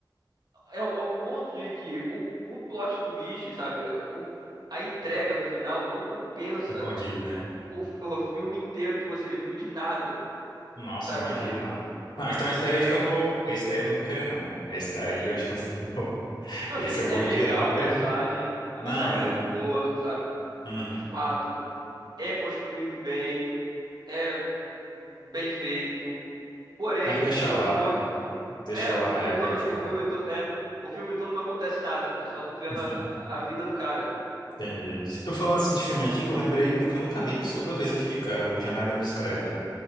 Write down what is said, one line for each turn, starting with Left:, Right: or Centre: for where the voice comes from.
Right: É, o- ao ponto de que o, o plot twist, sabe? o- a entrega no final não compensa
Left: Não condiz, né?
Right: o, o filme inteiro que você viu de nada,
Left: Nossa,
Right: sabe?
Left: imagina.
Right: Porque,
Left: não Não, então
Right: porque,
Left: esse daí eu acho que eu vou. Esse daí eu não vou querer, não. né? Esse daí eu acho que eu vou. <laughs>
Right: não,
Left: Esse
Right: assim,
Left: eu
Right: é
Left: vou
Right: legal
Left: tirar,
Right: a
Left: porque.
Right: mensagem, a
Left: Não,
Right: mensagem
Left: é.
Right: é muito boa, sabe?
Left: Uhum.
Right: De fato, é construído bem, é bem feito. Porém,
Left: Mas deixa
Right: o filme
Left: lá,
Right: todo
Left: né? Deixa
Right: É,
Left: lá
Right: o filme
Left: na época
Right: todo,
Left: que ficou,
Right: o filme
Left: né?
Right: todo, é, o filme todo não acontece nada. É só tu vendo
Left: <laughs>
Right: a, a a vida do cara.
Left: Entendi. Se tu falando assim de filme antigo, eu lembrei um que eu nunca vi, que toda vez eu fico, cara, o Janela Indiscreta,